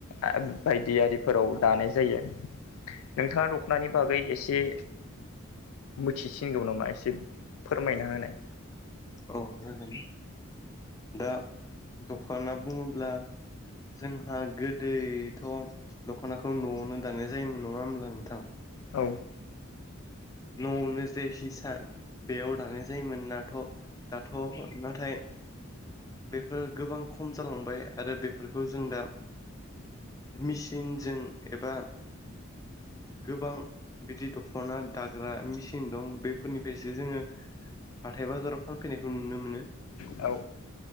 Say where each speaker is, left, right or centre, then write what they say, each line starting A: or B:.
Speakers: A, on the left; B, on the left.
A: आ बायदि आरिफोराव दानाय जायो। नोंथाङा दख'नानि बागै एसे मिथिसिनगौ नामा एसे फोरमायना होनाय
B: औ जागोन दा दखाना बुङोब्ला जोंहा गोदैथ' दख'नाखौ न'आवनो दानाय जायोमोन नङा होमब्ला नोंथां
A: औ
B: न'आवनो जे हिसान बेयाव दानाय जायोमोननाथ' दाथ' नाथाय बेफोर गोबां खम जालांबाय आरो बेफोरखौ जों दा मिचिनजों एबा गोबां बिदि दख' दाग्रा मिसिन दं बेफोरनिफायसो जोङो हाथाय बाजाराव फानफैनायखौ नुनो मोनो
A: औ